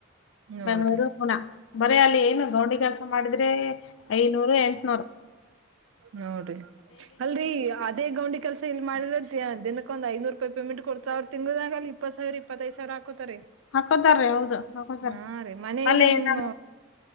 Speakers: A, on the right; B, on the left.
A: ನೋಡ್ರಿ
B: ಬೆಂಗಗಳೂರು ಪುನ ಬರೀ ಅಲ್ಲಿ ಏನು ಗೌಂಡಿ ಕೆಲ್ಸ ಮಾಡಿದ್ರೆ ಐನೂರು ಎಂಟನೂರ್
A: ನೋಡ್ರಿ ಅಲ್ರರಿ ಅದೇ ಗೌಂಡಿ ಕೆಲ್ಸ ಲ್ ಮಾಡ್ರೆ ದಿನಕ್ಕೆ ಒಂದು ಐನೂರು ರೂಪಾಯಿ ಪೇಮೆಂಟ್ಡ್ತ ಅವರುಂಗದಾಗ ಅ ಇಪ್ಪ ಸಾವಿರ ಇಪ್ಪತ್ತೈದು ಸಾವಿರ ಹಾಕೋತಾರಿ
B: ಹಾಕೋತಾರ ಹೌದು ಹಾಕೋತಾರ
A: ಹಾ ರೀ ಮನೆ
B: ಅಲ್ಲಿನ
A: ಇಲ್ಲ ನಮ್ಮ